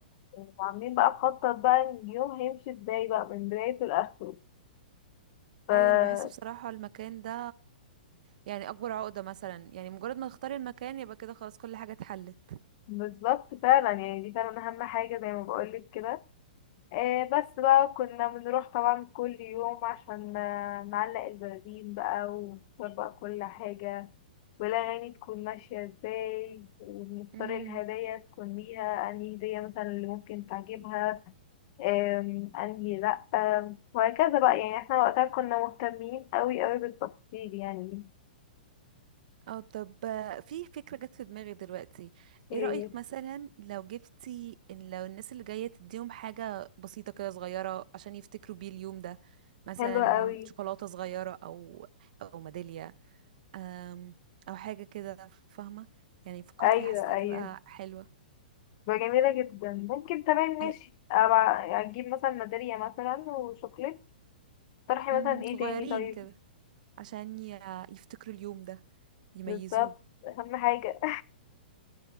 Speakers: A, on the left (about 45°); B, on the right (about 55°).
A: وعاملين بقى مخطط بقى اليوم هيمشي ازاي بقى من بدايته لآخره ف
B: ايوه انا بحس بصراحه المكان ده يعني اكبر عقده مثلا يعني مجرد ما تختاري المكان يبقى كده خلاص كل حاجه اتحلت
A: بالظبط فعلا يعني دي فعلا أهم حاجة زي ما بقولك كده آه بس بقى كنا بنروح طبعا كل يوم عشان آه، نعلق البرازيل بقى ونختار بقى كل حاجة والأغاني تكون ماشية ازاي ونختار
B: امم
A: الهدايا تكون ليها أنهي هدية مثلا اللي ممكن تعجبها أم، أنهي لأ وهكذا بقى يعني احنا وقتها كنا مهتمين أوي أوي بالتفاصيل يعني
B: او طب آه، في فكره جت في دماغي دلوقتي
A: إيه،
B: ايه رايك مثلا لو جبتي إن لو الناس اللي جايه تديهم حاجه بسيطه كده صغيره عشان يفتكروا بيه اليوم ده مثلا
A: حلوة أوي
B: شوكولاته صغيره او او ميداليه أم، او حاجه كده فاهمه يعني فكرت
A: أيوة
B: فيها حسيتها
A: أيوة
B: هتبقى حلوه
A: بقى جميلة جدا ممكن تمام ماشي
B: هي-
A: أبقى أجيب مثلا ميدالية مثلا وشوكليت طرحي
B: أم،
A: مثلا ايه
B: صغيرين
A: تاني طيب
B: كده عشان ي- يفتكروا اليوم ده يميزوه
A: بالظبط أهم حاجة